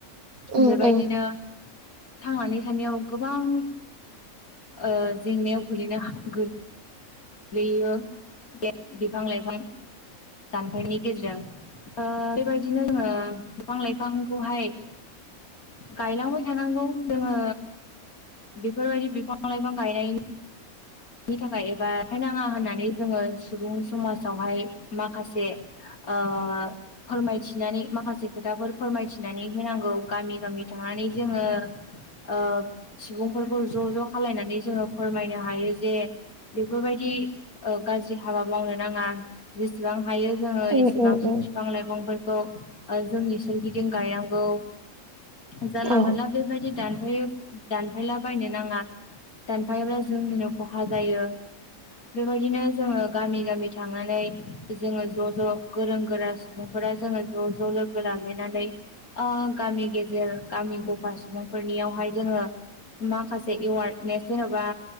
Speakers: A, on the right; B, on the left.
A: उम
B: बेबायदिनो
A: उम
B: थांनानै थानायाव गोबां ओ जेंनायाव गोलैनोहा गै गैयो बिफां लाइफां दानफायनि गेजेरजों ओ बेबायदिनो जोङो बिफां लाइफांखौहाय गायलांबाय थानांगौ जोङो बेफोरबायदि बिफां लाइफां गायनायनि नि थाखाय एबा फायनाङा होननानै जोङो सुबुं समाजावहाय माखासे ओ फोरमायथिनानै माखासे खोथाफोर फोरमायथिनानै होनांगौ गामि गामि थांनानै जोङो ओ सुबुंफोरखौ ज' ज' खालायनानै जोङो फोरमायनो हायो। जे बेफोरबायदि गाज्रि हाबा मावनो नाङा। जेसेबां हायो जोङो
A: उम
B: एसेबांसो
A: उम उम
B: फिफां लाइफांफोरखौ ओ जोंनि सोरगिदिं गायनांगौ जानला
A: औ
B: मानला बेबायदि दानफायो दानफायला बायनो नाङा दानफायाब्ला जोंनिनो खहा जायो। बेबायदिनो जोङो गामि गामि थांनानै जोङो ज' ज' गोरों गोरा सुबुं खौरां जोङो ज' ज' लोगो लालायनानै ओ गामि गेजेर गामि गफा सुबुंफोरनियावहाय जोङो माखासे एवार्डने जेन'बा